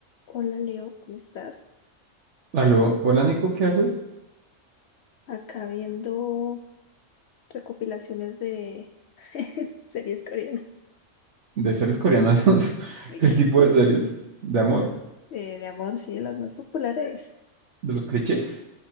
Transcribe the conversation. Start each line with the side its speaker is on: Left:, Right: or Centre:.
Left: Hola Leo, ¿cómo estás?
Right: Aló, hola Nico, ¿qué haces?
Left: Acá viendo recopilaciones de <laughs> series coreanas.
Right: ¿De series coreanas? <laughs>
Left: Sí,
Right: ¿Qué tipo de series? ¿De amor?
Left: eh, de amor, sí, las más populares.
Right: ¿De los clichés?